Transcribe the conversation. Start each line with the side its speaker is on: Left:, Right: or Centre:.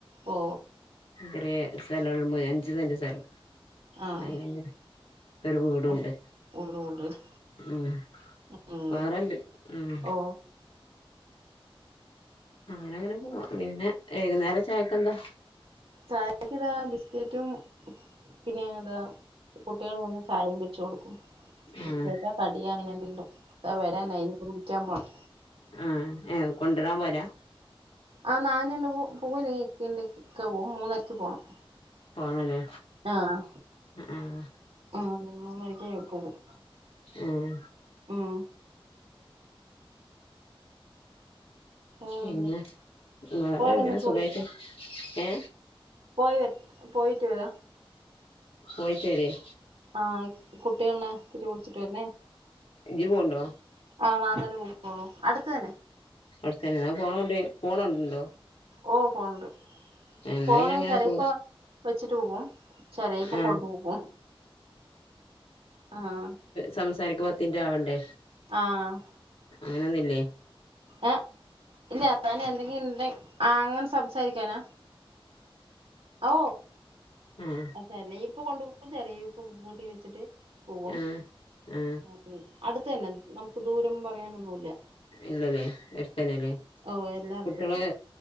Right: ഓ
Left: ഹെഡ്രിയെ സ്ഥലം ഒള്ളുമ്പ അഞ്ച് സെന്റ് സ്ഥലം
Right: ആഹ്
Left: അയിനങ്ങനെ ഒരു വീടുണ്ട്
Right: ഒ ഒള്ളൂ ഒള്ളത്
Left: ഉം
Right: ഉം
Left: വേറെ ഉം
Right: ഓ
Left: അങ്ങനെ അങ്ങനെ പോവാ പിന്നെ എഴുന്നേരം ചായക്ക് എന്താ
Right: ചായക്ക് ഇതാ ബിസ്കറ്റും പിന്നെ അതാ കുട്ടികൾ വന്ന് ചായയും വെച്ച് കൊടുക്കും ബിസ്കറ്റാ
Left: ആഹ്
Right: കടിയ അങ്ങനെ എന്തെണ്ടും ദാ വരാനായി ഇനി ഇപ്പം വിളിക്കാൻ പോണം
Left: മ്മ് ഏ കൊണ്ടരാൻ പോരാ
Right: ആ നാന രണ്ട് പു പൂക്കൂല്ല ഇക്ക എണ്ട് ഇക്ക പോവും മൂന്നരക്ക് പോണം
Left: പോണല്ലേ
Right: ആഹ്
Left: ആഹ്
Right: ആ മൂന്നരക്ക് പോകും
Left: ഉം
Right: ഉം ഉം
Left: പിന്നെ വേറെ
Right: പോയി
Left: അങ്ങനെ
Right: വന്നിട്ട്
Left: സുഖായിട്ട്
Right: വിളിക്കാം
Left: ഏ
Right: പോയി വേര് പോയിട്ട് വരാ
Left: പോയിട്ട് വരീൻ
Right: ആഹ് കുട്ടികളെ തിരി പിടിച്ചിട്ട് വരണേ
Left: ഇജ്ജ് പോണ്ടോ
Right: ആഹ നൻ തന്നെ പോകളൂ അടുത്ത് തന്നെ
Left: അടുത്ത് തന്നെ ഫോൺ ഒണ്ടേ ഫോൺ ഒണ്ടോ
Right: ഓ ഫോണണ്ട്
Left: എന്നാ
Right: ഫോണ
Left: അയിനങ്ങനെ
Right: ചരപ്പോ
Left: പോ
Right: വെച്ചിട്ട് പോകും ചെല ഇപ്പ
Left: ആ
Right: കൊണ്ടുപോകും ആഹ്
Left: സംസാരിക്കു പത്തിന്റെ ആവണ്ടേ
Right: ആഹ്
Left: അങ്ങനെ ഒന്ന് ഇല്ലേ
Right: ഏഹ ഇല്ല്യ അങ്ങനെ എന്തെങ്കിലും ഇണ്ടെ അങ്ങനെ സംസാരി- ക്യാന ഓ
Left: ഉം
Right: തന്നെ ഇപ്പൊ കൊണ്ടു പോകും ചെറയ വക്ക് ഇപ്പൊ കൂട്ടി വെച്ചിട്ട് പോകും
Left: ആ ആ
Right: ഉം അടുത്ത് തന്നെ നമുക്ക് ദൂരം എന്ന് പറയാൻ ഒന്നുമില്ല
Left: ഇല്ലല്ലേ എട്ടലല്ലേ
Right: ഓ എല്ലാം അടുത്ത്
Left: കുട്ടികള്
Right: തന്നെ